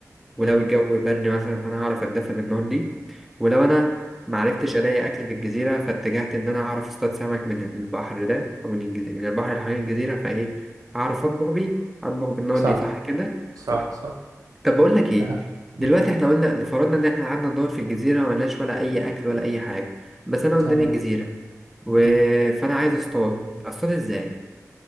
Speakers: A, in the centre; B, on the right.
A: ولو
B: مم.
A: الجو برد مثلا فأنا هعرف أتدفى بالنار دي ولو أنا معرفتش ألاقي أكل في الجزيرة فاتجهت إن أنا أعرف أصطاد سمك من البحر ده أو من الجزيرة من البحر اللي حوالين الجزيرة فإيه أعرف أطبخ بيه أطبخ بالنار
B: صح
A: دي صح كده
B: صح
A: صح
B: صح
A: طب بقول لك إيه
B: أها. مم.
A: دلوقتي إحنا قلنا لفرضنا إن إحنا قعدنا ندور في الجزيرة ملناش ولا أي أكل ولا أي حاجة بس أنا قدامي
B: تمام
A: الجزيرة و...
B: مم.
A: فأنا عايز أصطاد أصطاد إزاي؟